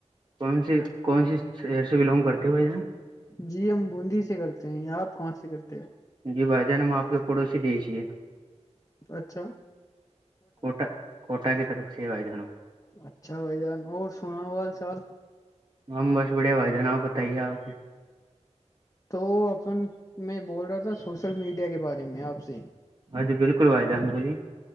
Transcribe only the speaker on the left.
جی ہم بوندی سے کرتے ہیں آپ کہاں سے کرتے ہو
اچھا
اچھا بھائی جان اور سناو بال چال
تو اپن میں بول رہا تھا سوشل میڈیا کے بارے میں آپ سے